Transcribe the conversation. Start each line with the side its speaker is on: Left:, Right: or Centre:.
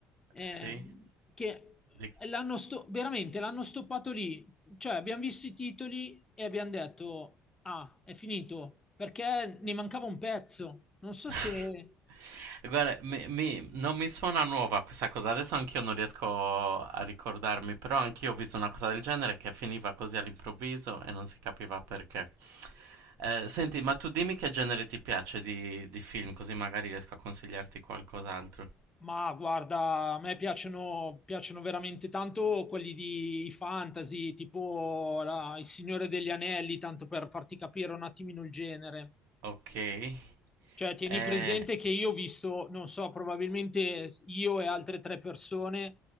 Left: eh,
Right: sì?
Left: che
Right: Di-
Left: l'hanno sto- veramente l'hanno stoppato lì. Cioè, abbiamo visto i titoli e abbiamo detto Ah, è finito perché ne mancava un pezzo. Non so
Right: <laughs>
Left: se...
Right: Guarda, mi- mi- non mi suona nuova questa cosa, adesso anch'io non riesco a ricordarmi, però anch'io ho visto una cosa del genere che finiva così all'improvviso e non si capiva perché. Eh, senti, ma tu dimmi che genere ti piace di, di film, così magari riesco a consigliarti qualcos'altro.
Left: Ma guarda, a me piacciono, piacciono veramente tanto quelli di fantasy, tipo la- Il Signore degli Anelli, tanto per farti capire un attimino il genere.
Right: Ok.
Left: Cioè, tieni
Right: Eh,
Left: presente che io ho visto, non so, probabilmente io e altre tre persone,